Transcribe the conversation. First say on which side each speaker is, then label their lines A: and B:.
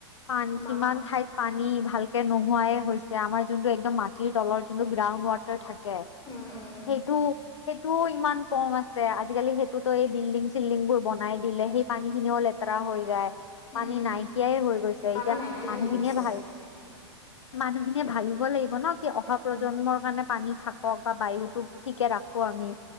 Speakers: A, on the left; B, on the left.
A: পানী
B: মা
A: কিমান ঠাইত পানী ভালকে নোহোৱাই হৈছে আমাৰ যোনটো একদম মাটিৰ তলৰ যোনটো গ্ৰাউণ্ড ৱাটাৰ থাক কে
B: উম উম
A: সেইটোও সেইটোও ইমান কম আছে আজিকালি সেইটোতো এই বিল্ডিং চিল্ডিং বোৰ বনাই দিলে সেই পানী খিনিও লেতেৰা হৈ যায় পানী
B: উম
A: নাইকিয়াই হৈ গৈছে
B: পানী
A: এতিয়া
B: নাইকিয়াই
A: মানুহখিনিয়ে
B: হৈ গৈছে
A: ভাল মানুহখিনিয়ে ভাবিব লাগিব ন কি অহা প্ৰজন্মৰ
B: উম,
A: কাৰণে পানী থাক কক বা বায়ুটো ঠিকে ৰাখো আমি